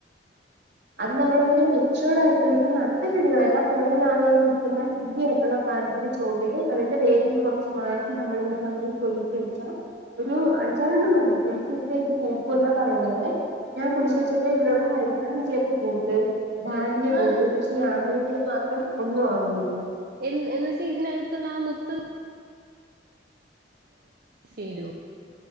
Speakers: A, on the right; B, on the right.
A: അത് നമ്മൾ മെച്യേഡ് ആയിട്ടുള്ള ഇപ്പ നട്ട ചെടികളല്ലാം കുറെ നാളു കൊണ്ട് നിക്കുന്ന ഹെൽത്തി ആയിട്ടുള്ള പ്ലാന്റിന്റെ ചോട്ടില് അതിന്റെ വേരിന്ന് കുറച്ച് മാറ്റി നമ്മളിങ്ങനെ നി പൊഴിച്ച വെച്ചാ ഒരു അഞ്ചാറെണ്ണം മതി പൊഴിച്ച വെച്ച ഇത് പൂക്കൂ എന്നാ പറയുന്ന അങ്ങനെ ഞാൻ കുഴിച്ച്
B: ആഹ്
A: വെച്ചപ്പം ഇവിടുള്ള ഹരി അഞ്ചിയക പൂത്ത് ഡാലിയ പൂത്ത്
B: ആഹ്
A: പക്ഷേ ഇ ആന്തൂറിയം മാത്രം ഒന്നും ആവുന്നില്ല
B: എ എന്ന വെച്ചാ ഇതിനകത്തുള്ള ആ മുത്ത ചേരോ